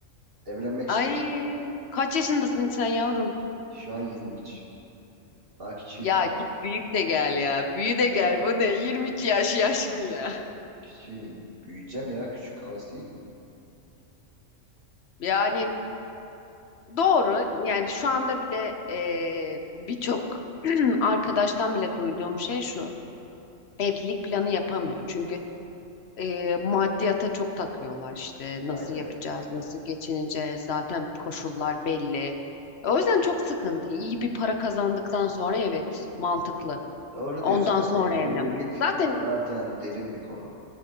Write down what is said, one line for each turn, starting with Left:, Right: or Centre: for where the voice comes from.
Right: Evlenmek
Left: Ay
Right: istiyorum.
Left: kaç yaşındasın sen yavrum?
Right: Şu an 23. Daha küçüğüm
Left: Ya
Right: yani.
Left: git büyük de gel ya. Büyü de gel. Bu ne? 22 yaş yaş mı ya?
Right: Küçüğüm. Büyüyeceğim ya. Küçük kalası değil ki.
Left: Yani doğru. Yani şu anda bile eee, birçok <clears throat> arkadaştan bile duyduğum şey şu. Evlilik planı yapamıyor. Çünkü eee, maddiyata çok takıyorlar işte. Nasıl
Right: Aynen
Left: yapacağız?
Right: öyle.
Left: Nasıl geçineceğiz? Zaten koşullar belli. O yüzden çok sıkıntı. İyi bir para kazandıktan sonra evet mantıklı.
Right: Doğru
Left: Ondan
Right: diyorsun. Yani
Left: sonra
Right: evlilik
Left: evlenmek. Zaten
Right: zaten derin bir konu.